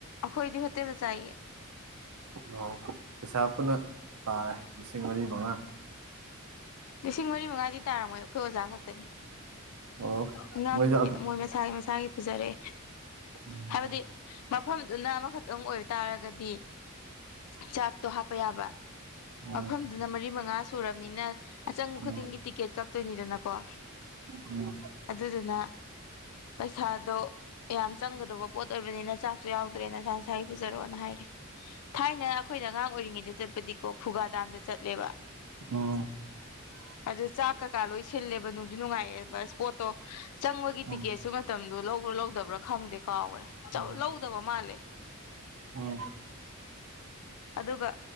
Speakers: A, on the left; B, on the right.
A: ꯑꯩꯈꯣꯏꯗꯤ ꯍꯣꯠꯇꯦꯗꯥ ꯆꯥꯏꯌꯦ
B: ꯍꯣ ꯄꯩꯁꯥ ꯄꯨꯟꯅ ꯇꯥꯔꯦ ꯂꯤꯁꯤꯡ ꯃꯔꯤ ꯃꯉꯥ
A: ꯂꯤꯁꯤꯡ ꯃꯔꯤ ꯃꯉꯥꯗꯤ ꯇꯥꯔꯝꯃꯣꯏ ꯑꯩꯈꯣꯏ ꯑꯣꯖꯥ ꯈꯛꯇꯅꯤ
B: ꯑꯣ
A: ꯑꯉꯥꯡꯗꯤ
B: ꯃꯣꯏꯁꯦ
A: ꯃꯣꯏ ꯃꯁꯥꯒꯤ ꯃꯁꯥꯒꯤ ꯄꯨꯖꯔꯛꯑꯦ
B: ꯎꯝ
A: ꯍꯥꯏꯕꯗꯤ ꯃꯐꯝꯗꯨꯅ ꯑꯃꯈꯛꯇꯪ ꯑꯣꯏꯕ ꯇꯥꯔꯒꯗꯤ ꯆꯥꯛꯇꯣ ꯍꯥꯞꯄ ꯌꯥꯕ
B: ꯎꯝ
A: ꯃꯐꯝꯗꯨꯅ ꯃꯔꯤ ꯃꯉꯥ ꯁꯨꯔꯕꯅꯤꯅ ꯑꯆꯪ
B: ꯎꯝ
A: ꯈꯨꯗꯤꯡꯒꯤ ꯇꯤꯀꯦꯠ ꯀꯛꯇꯣꯏꯅꯤꯗꯅꯀꯣ
B: ꯎꯝ
A: ꯑꯗꯨꯗꯨꯅ ꯄꯩꯁꯥꯗꯣ ꯌꯥꯝ ꯆꯪꯒꯗꯧꯕ ꯄꯣꯠ ꯑꯣꯏꯕꯅꯤꯅ ꯆꯥꯛꯁꯨ ꯌꯥꯎꯗ꯭ꯔꯦ ꯅꯥꯁꯥ ꯅꯥꯁꯥꯏ ꯄꯨꯖꯔꯛꯑꯣꯅ ꯍꯥꯏꯔꯦ ꯊꯥꯏꯅ ꯑꯩꯈꯣꯏꯗ ꯑꯉꯥꯡ ꯑꯣꯏꯔꯤꯉꯩꯗ ꯆꯠꯄꯗꯤꯀꯣ ꯈꯨꯒꯥ ꯗꯥꯝꯗ ꯆꯠꯂꯦꯕ
B: ꯑꯣ
A: ꯑꯗꯨ ꯆꯥꯛ ꯀꯀꯥ ꯂꯣꯏ ꯁꯤꯜꯂꯦꯕ ꯅꯨꯡꯁꯨ ꯅꯨꯡꯉꯥꯏꯑꯦꯕ ꯏꯁꯄꯣꯠꯇꯣ ꯆꯪꯕꯒꯤ
B: ꯎꯝ
A: ꯇꯤꯛꯀꯦꯠꯁꯨ ꯃꯇꯝꯗꯨꯣ ꯂꯧꯕ꯭ꯔꯥ ꯂꯧꯗꯕ꯭ꯔꯥ ꯈꯪꯗꯦ ꯀꯥꯎꯈꯔꯦ
B: ꯎꯝ
A: ꯂꯧꯗꯕ ꯃꯥꯜꯂꯦ
B: ꯎꯝ
A: ꯑꯗꯨꯒ